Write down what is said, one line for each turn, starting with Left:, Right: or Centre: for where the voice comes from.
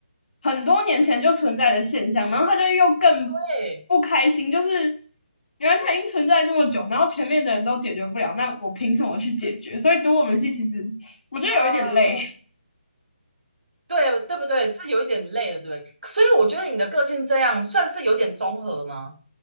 Left: 很多年前就存在的现象，然后他就又更
Right: 对，
Left: 不开心，就是原来它已经存在这么久，然后前面的人都解决不了，那我凭什么去解决？所以读我们系其实我觉得有一点累。
Right: 啊。对对不对？是有一点累的，对不对？所以我觉得你的个性这样算是有点综合吗？